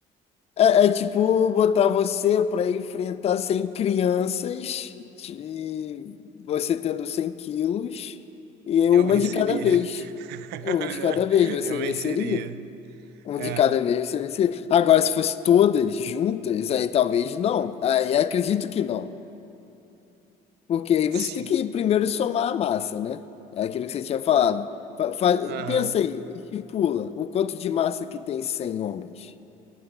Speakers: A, on the left; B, on the right.
A: é, é tipo botar você pra enfrentar 100 crianças, e você tendo 100 quilos, e
B: Eu
A: uma
B: venceria.
A: de cada vez. Um
B: <laughs>
A: de cada vez você
B: Eu
A: venceria.
B: venceria.
A: Um
B: É.
A: de cada vez você venceria. Agora, se fosse todas juntas, aí talvez não. Aí acredito que não. Porque aí
B: Sim.
A: você tem que primeiro somar a massa, né? É aquilo que você tinha falado. Fa- fa-
B: Aham.
A: pensa aí, estipula o quanto de massa que tem 100 homens.